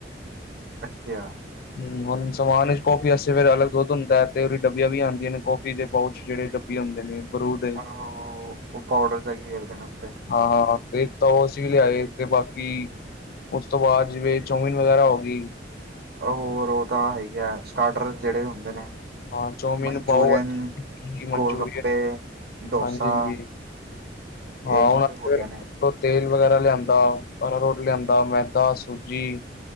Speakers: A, on the right (about 55°); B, on the left (about 55°).
A: ਅੱਛਿਆ।
B: ਹੂੰ ਹੁਣ ਸਮਾਨ ਚ ਕੋਫੀ ਵਾਸਤੇ ਫੇਰ ਅਲਗ ਦੁੱਧ ਹੁੰਦਾ ਐ ਤੇ ਉਹਦੀ ਡਬੀਆਂ ਵੀ ਆਦੀਆਂ ਨੇ ਕੋਫੀ ਦੇ ਪਾਉਚ ਜਿਹੜੇ ਵੀ ਹੁੰਦੇ ਨੇ ਬਰੂ ਦੇ,
A: ਆਹੋ ਉਹ ਪਾਊਡਰ ਜਾ ਘੇਰਦੇ ਨੇ ਉੱਤੇ
B: ਹਾਂ ਤੇ ਤਾਂ ਉਹ ਅਸੀਂ ਵੀ ਲਿਆਏ ਤੇ ਬਾਕੀ, ਉਸ ਤੋਂ ਬਾਅਦ ਜਿਵੇਂ ਚੌਮੀਨ ਵਗੈਰਾ ਹੋ ਗੀ।
A: ਹੋਰ ਉਹ ਤਾਂ ਹੈਗਾ ਸਟਾਰਟਰ ਜਿਹੜੇ ਹੁੰਦੇ ਨੇ
B: ਹਾਂ ਚੌਮਿਨ
A: ਮਨਚੁਰੀਅਨ,
B: ਪਾਓ ਭਾਜੀ ਮਨਚੂਰੀਅਨ
A: ਗੋਲ ਗੱਪੇ, ਡੋਸਾ
B: ਹਾਂਜੀ ਹਾਂਜੀ
A: ਇਹ
B: ਹਾਂ
A: ਚੀਜ਼ਾਂ
B: ਹੁਣ
A: ਹੋ ਗਈਆਂ ਨੇ
B: ਤੇਲ ਵਗੈਰਾ ਲਿਆਂਦਾ ਅਰਾਰੋਟ ਲਿਆਂਦਾ ਮੈਦਾ ਸੂਜੀ